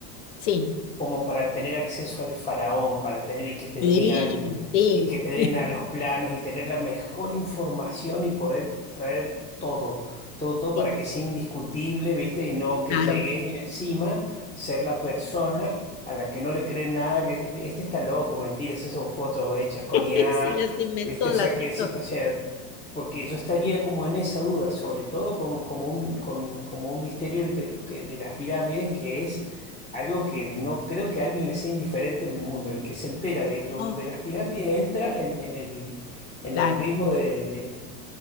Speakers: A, on the left; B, on the left.
A: Sí,
B: como para tener acceso al faraón, para tener y que te
A: sí,
B: digan
A: sí,
B: y que te den
A: <laughs>
B: a los planos y tener la mejor información y poder traer todo, todo, todo
A: sí,
B: para que sea indiscutible, ¿viste? Y no que
A: claro.
B: llegues y encima ser la persona a la que no le creen nada, que dice, este está loco, mentiras, esas son fotos hechas con
A: <laughs>
B: IA,
A: Se las inventó,
B: ¿viste? O
A: las
B: sea que
A: hizo.
B: encima, o sea, porque yo estaría como en esa duda, sobre todo con, como un, con, como un misterio el de que- de las pirámides, que es algo que no creo que a alguien le sea indiferente en el mundo. El que se entera de lo
A: inventó,
B: de las pirámides entra en, en el, en
A: claro,
B: el ritmo de, de-